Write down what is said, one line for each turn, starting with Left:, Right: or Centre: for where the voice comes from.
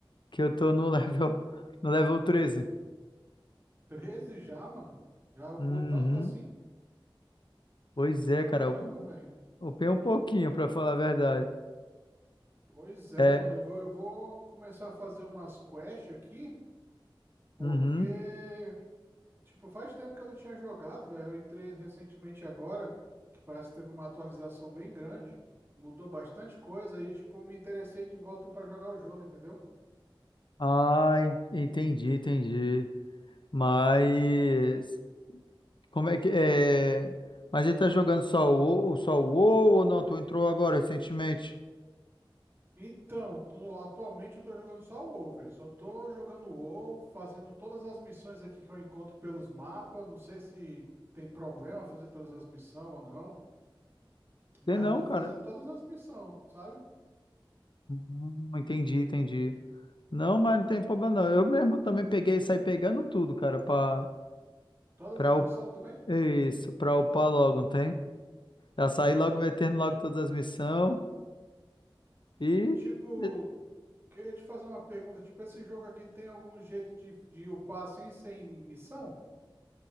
Left: que eu tô no <laughs> level no level 13.
Right: 13 já, mano? Já upou
Left: Uhum.
Right: tanto assim?
Left: Pois é,
Right: Caramba,
Left: cara, eu
Right: velho.
Left: upei um pouquinho pra falar a verdade.
Right: Pois é,
Left: É,
Right: mano. Eu vou, eu vou começar a fazer umas quests aqui, porque
Left: uhum.
Right: Tipo, faz tempo que eu não tinha jogado, velho. Eu entrei recentemente agora, que parece que teve uma atualização bem grande. Mudou bastante coisa e, tipo, me interessei de volta pra jogar o jogo, entendeu?
Left: Ah, en- entendi, entendi. Mas como é que é?
Right: Hum.
Left: Mas ele tá jogando só o WoW- só o WoW ou não? Tu entrou agora recentemente?
Right: Então, tu- atualmente eu tô jogando só o WoW, velho. Só tô jogando o WoW, fazendo todas as missões aqui que eu encontro pelos mapas. Não sei se tem problema fazer todas as missões ou não, mas
Left: Sei não,
Right: eu tô
Left: cara.
Right: fazendo todas as missões, sabe?
Left: Hum, entendi, entendi. Não, mas não tem problema não. Eu mesmo também peguei e saí pegando tudo, cara, pra,
Right: Todas
Left: pra,
Right: as
Left: up-
Right: missões também?
Left: isso, pra upar logo, não tem? Já saí logo
Right: Hum.
Left: metendo logo todas as missões. E,
Right: Tipo,
Left: e,
Right: Queria te fazer uma pergunta, tipo, esse jogo aqui tem algum jeito de, de upar assim, sem missão?